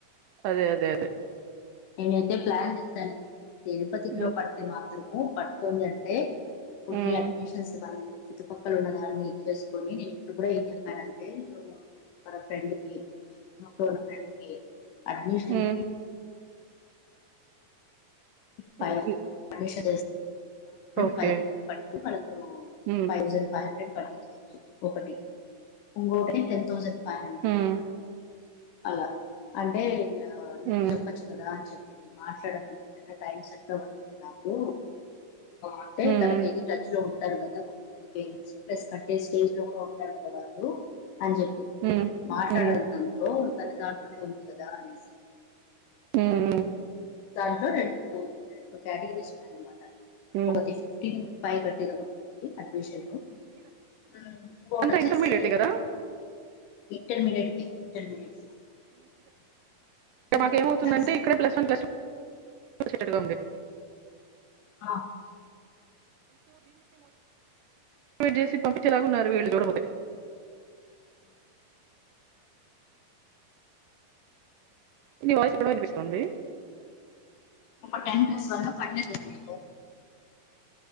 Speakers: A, on the right (about 75°); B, on the left (about 75°).
A: అదే అదే అదే
B: నేనైతే ప్లాన్ చేశాను ఎ పతి కిలో
A: ఉమ్
B: పట్టతులేవా ము పంతొమి అంటే కున్ని
A: ఉమ్
B: అడ్మిషన్స్ బన చుట్టుపక్కల ఉన్న దాన్ని చేసుకొని నేను ఇప్పుడు కూడా ఏం చెప్పానంటే మన ఫ్రెండ్ కి ఇట్లో ఉన్న ఫ్రెండ్ కి అడ్మిషన్కి
A: ఉమ్
B: ఫైవ్న్స్త
A: ఉమ్, ఓకే
B: ఫైవ్ థౌసండ్ పట్టుళ్ళతో
A: ఉమ్
B: ఫైవ్థౌసండ్ ఫైవ్ హండ్రెడ్ ప ఒకటి ఇంకొని టెన్ ౌసండ్ ఫైవ్ హండ్రెడ్
A: ఉమ్
B: అలా అంటే నీకు
A: ఉమ్
B: చెప్పచ్చు కదా అని చెప్ప మాసడకు టై సెట్టదు నాకు అంటే
A: ఉమ్
B: తనకెతే టచ్ లో ఉ అంటారు కదా కొంతమంది పేరెంట్స్ ప్లస్ కట్టే స్టేజ్ లో కూడా ఉంటారు కదా వాళ్ళు అని చెప్పింది
A: ఉమ్
B: మాట్లాడటంతో
A: ఉమ్
B: దాటుడి ఉంది కదా అనేసి
A: హ్మ్ హ్మ్
B: దాంట్లో రెండు రెండు కేటగిరీస్ ఉన్నాయన్నమాట
A: ఉమ్
B: ఒకటి ఫిఫ్టీ ఫై కట్టిది ఒకటింది అడ్మిషను హ్మ్ ఇకోటి
A: ఇదంతా
B: వచ్చేసి
A: ఇంటర్మీడియట్ కదా
B: ఇంటర్మీడియట్ కి ఇంటర్మీడియట్ కి
A: మాక
B: టెన్త్
A: ఏమవుతుందంటే
B: క్లాస్
A: ఇక్కడ ప్లస్ వన్ ప్లస్ కోశేటోళ్ళం బి
B: ఆ
A: చేసి పంపించేలాగాన్నారు వీళ్ళు చూడకపో తే నీ వాయసు ఎక్కడ వినిపిస్తుంది
B: ఇంకో టెన్ మిస్ వన్నా పన్నేండుంది